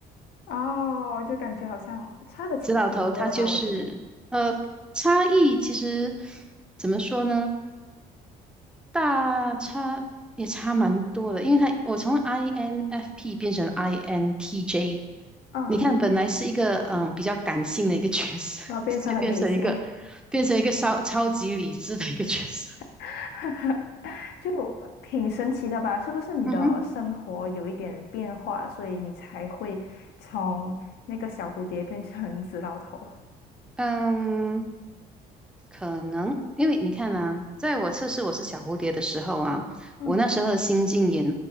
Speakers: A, on the left; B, in the centre.
A: 哦，就感觉好像差的挺挺多的吧，
B: 紫老头他就是呃差异其实
A: 我觉得，
B: 怎么说呢？大差也差蛮多的，因为他我从 INFP 变成 INTJ，
A: 嗯，
B: 你看本来是一个嗯比较感性的一个角色，
A: 然后变成很理性，
B: <laughs> 直接变成一个变成一个超超级理智的一个角色。
A: <laughs> 就挺神奇的吧？是不是你的生活有一点变化，
B: 嗯哼，
A: 所以你才会从那个小蝴蝶变成紫老头？
B: 嗯，可能，因为你看啊，在我测试我是小蝴蝶的时候啊，
A: 嗯
B: 我那时候的心境也，